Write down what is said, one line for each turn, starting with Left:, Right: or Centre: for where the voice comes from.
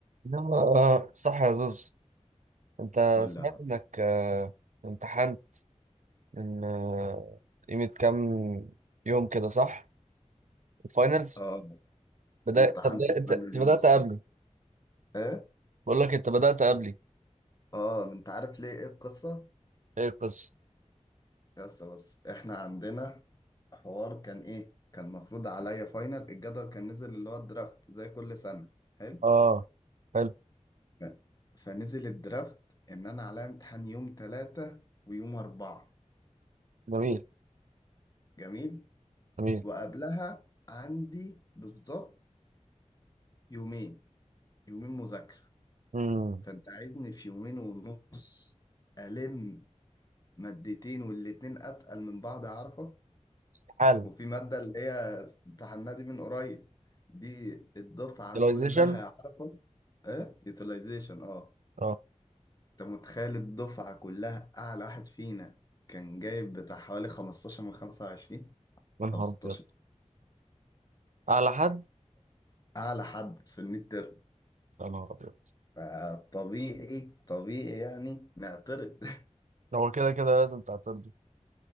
Right: يلا آه صح يا زوز انت
Left: ولا
Right: سمعت انك آه امتحان من آه قيمة كام يوم كده صح الفاينلز
Left: اه
Right: بدأت
Left: امتحنت
Right: انت بدأت انت
Left: بلد
Right: انت
Left: اليوم
Right: بدأت
Left: السبت
Right: قبلي
Left: ايه
Right: بقول لك انت بدأت قبلي
Left: اه انت عارف ليه ايه القصه
Right: ايه القصة
Left: بس بس احنا عندنا حوار كان ايه كان مفروض عليا فاينل الجدول كان نزل اللي هو الدرافت زي كل سنه حلو
Right: اه حلو
Left: ف- فنزل الدرافت ان انا عليا امتحان يوم ثلاثة ويوم أربعة
Right: جميل
Left: جميل
Right: جميل
Left: وقبلها عندي بالظبط يومين يومين مذاكره
Right: امم
Left: فانت عايزني في يومين ونص الم مادتين والاتنين اتقل من بعض عارفه
Right: استحالة
Left: وفي ماده اللي هي امتحناها دي من قريب دي الدفعه
Right: utilization
Left: كلها عارفه ايه يوتيلايزيشن اه
Right: اه
Left: انت متخيل الدفعه كلها اعلى واحد فينا كان جايب بتاع حوالي 15 من 25
Right: يا نهار
Left: او 16
Right: ابيض اعلى حد
Left: اعلى حد في الميد تيرم
Right: يا نهار ابيض
Left: فطبيعي طبيعي يعني نعترض <laughs>
Right: هو كده كده لازم تعترضوا